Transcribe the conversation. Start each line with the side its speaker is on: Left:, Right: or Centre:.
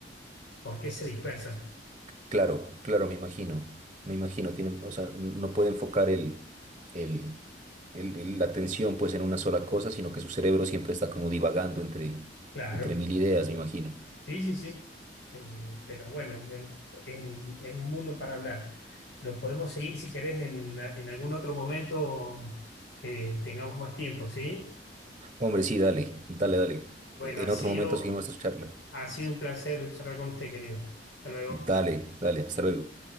Left: porque se dispersan?
Right: Claro, claro, me imagino, me imagino, tienen, o sea, no puede enfocar el, el, el- el- la atención pues en una sola cosa, sino que su cerebro siempre está como divagando entre,
Left: Claro,
Right: entre mil ideas, me imagino.
Left: sí, sí, sí. Eh, pero bueno, eh, es un, es un mundo para hablar. Lo podemos seguir si querés en, en algún otro momento que tengamos más tiempo, ¿sí?
Right: Hombre, sí, dale, dale, dale.
Left: Bueno,
Right: E,
Left: ha
Right: En
Left: sido,
Right: otro momento seguimos esta charla.
Left: ha sido un placer charlar con usted, querido. Hasta luego.
Right: Dale, dale, hasta luego.